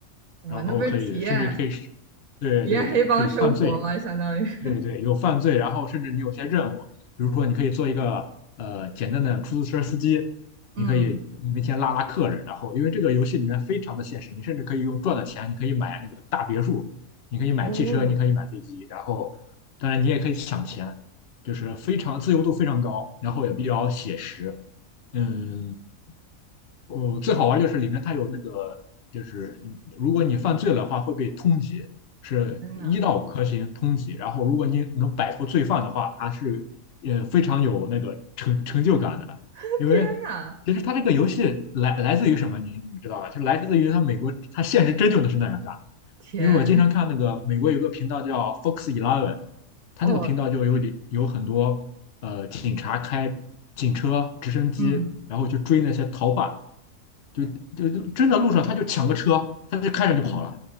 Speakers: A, on the right; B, on the left.
A: 哇，
B: 然后可以甚至可以是，
A: 那不是体验
B: 对对对，
A: 体验黑帮生活吗？
B: 可以犯罪。
A: 相当于，<laughs>
B: 对对对，有犯罪，然后甚至你有些任务，比如说你可以做一个呃简单的出租车司机，
A: 嗯，
B: 你可以每天拉拉客人，然后因为这个游戏里面非常的现实，你甚至可以用赚的钱，你可以买那个大别墅，你可以买汽车，
A: 哦，
B: 你可以买飞机，然后当然你也可以抢钱，就是非常自由度非常高，然后也比较写实。嗯，哦，最好玩就是里面它有那个，就是你如果你犯罪了的话会被通缉，是一到五颗星通缉。
A: 天呐，
B: 然后如果你能摆脱罪犯的话，它是也非常有那个成成就感的。
A: <laughs>
B: 因为
A: 天呐，
B: 其实它这个游戏来来自于什么，你你知道吧？就来自于它美国，它现实真就能是那样干的。
A: 天，
B: 因为我经常看那个美国有个频道叫 Fox Eleven，它那个频道就有里有很多呃警察开警车、
A: 哦，
B: 直升机，
A: 嗯
B: 然后去追那些逃犯。就就就真的路上他就抢个车，他就开着就跑了，